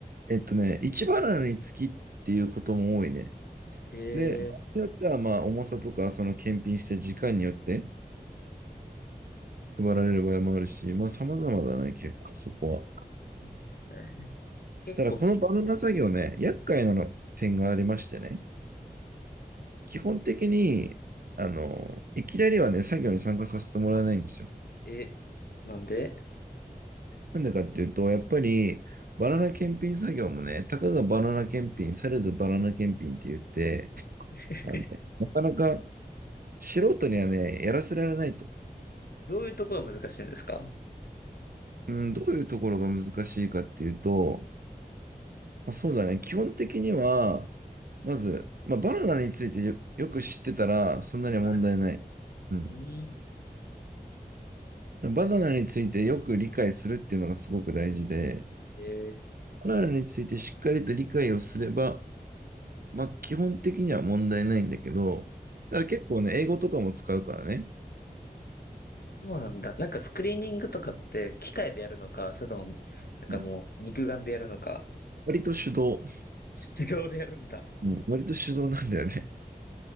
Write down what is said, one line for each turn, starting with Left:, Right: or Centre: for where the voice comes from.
Right: えっとね、一バナナにつきっていうことも多いね。
Left: えー、
Right: で、場合によっては、まあ、重さとか、その検品した時間によって配られる場合もあるし、まあ、様々だね、結構そこは。
Left: そうなんですね。結構、
Right: ただ、このバナナ作業ね、厄介なの点がありましてね、
Left: うん。
Right: 基本的に、あの、いきなりはね、作業に参加させてもらえないんですよ。
Left: え、なんで
Right: なんでかっていうと、やっぱり、バナナ検品作業もね、たかがバナナ検品、されどバナナ検品って言って、
Left: <laughs>
Right: あの、なかなか素人にはね、やらせられないと。
Left: どういうところが難しいんですか
Right: うん、どういうところが難しいかっていうと、まあ、そうだね、基本的には、まず、まあ、バナナについてよ、よく知ってたら、そんなに問題ない。
Left: はい。
Right: うん。
Left: うん。
Right: バナナについてよく理解するっていうのがすごく大事で、
Left: えー、
Right: バナナについてしっかりと理解をすれば、まあ、基本的には問題ないんだけど、ただ結構ね、英語とかも使うからね、
Left: そうなんだ。なんかスクリーニングとかって機械でやるのか、それとも、なんかもう肉眼でやるのか、
Right: うん、割と手動、
Left: 手動でやるんだ。
Right: うん、割と手動なんだよね。